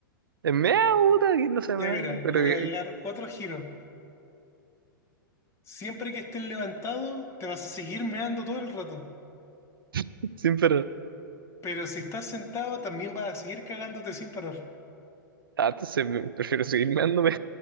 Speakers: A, on the right (about 80°); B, on the left (about 25°).
A: Es meao, puta, aquí no se
B: ya
A: meao,
B: mira,
A: pero
B: le voy
A: <laughs>
B: a agregar otro giro. Siempre que estés levantado, te vas a seguir meando todo el rato.
A: que- siempre.
B: Pero si estás sentado, también vas a seguir cagándote sin parar.
A: Ah, entonces me- prefiero seguir meándome.